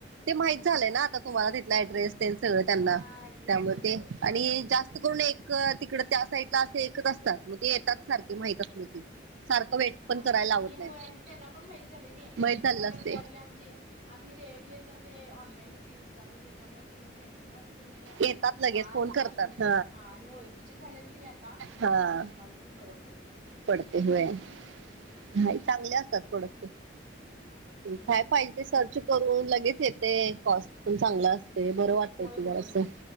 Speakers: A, on the right; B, on the right.
A: ते
B: हा
A: माहित झालंय ना आता तुम्हाला तिथला ऍड्रेस त्याचं - गळ त्यांना
B: हा ऍड्रेस
A: त्यामुळे
B: होय
A: ते.
B: होय.
A: आणि जास्त करून एक तिकड त्या साईडला असे एकच असतात मग ते येतात सारखे माहित असल की. सारखं वेट पण
B: अ
A: करायला
B: आणि
A: लावत नाहीत
B: होय आणि त्यांना पण माहित झाले नि
A: माहित झालेलं
B: आता
A: असते.
B: इयरली आमचे. आम्ही रेअरली आता ते ऑनलाईनच युज करायलो त्याच्यामुळे का नाही. त्यांनी पण क नाही
A: येतात
B: असं
A: लगेच
B: आत
A: फोन
B: ते
A: करतात
B: निऊन देतात हा आणि ओळखीचे झालेत की नाही आता.
A: हा
B: आम्हाला पण बरं पडतेय.
A: पडते व्हाय हाय चांगले असतात प्रॉडक्ट त्याचे.
B: हम्म
A: काय पाहिजे ते सर्च करून लगेच येतय कॉस्ट पण चांगल असतय. बर वाट -
B: होय
A: तय ते जरासं
B: होय होय